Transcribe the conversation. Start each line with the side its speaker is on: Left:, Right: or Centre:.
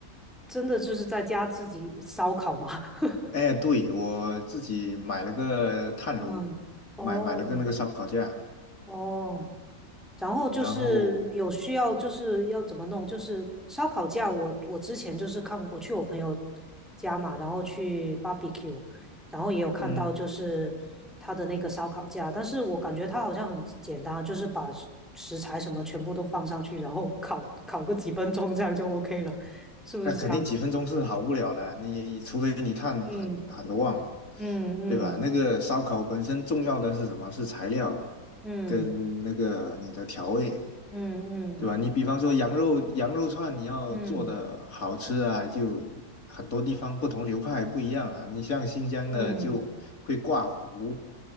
Centre: 真的就是在家自己烧烤吗？<laughs>
Left: 哎，对，我自己买了个炭炉，
Centre: 嗯，哦
Left: 买买了个那个烧烤架，
Centre: 哦，然后就是有需要，
Left: 然后。
Centre: 就是要怎么弄，就是烧烤架我我之前就是看我去我朋友家嘛，然后去 barbecue，然后也有看到就是他的那个烧烤架，
Left: 嗯。
Centre: 但是我感觉他好像很简单啊，就是把食食材什么全部都放上去，然后烤烤个几分钟，这样就 OK 了，是不是这样子？
Left: 那肯定几分钟是好不了了，你除非你碳很很旺，
Centre: 嗯嗯嗯
Left: 对吧？那个烧烤本身重要的是什么？是材料
Centre: 嗯
Left: 跟那个你的调味。
Centre: 嗯
Left: 对吧？你比方说羊肉羊肉串，你要做的好吃啊，
Centre: 嗯
Left: 就很多地方不同流派不一样啊。你像新疆的就会挂糊，
Centre: 嗯嗯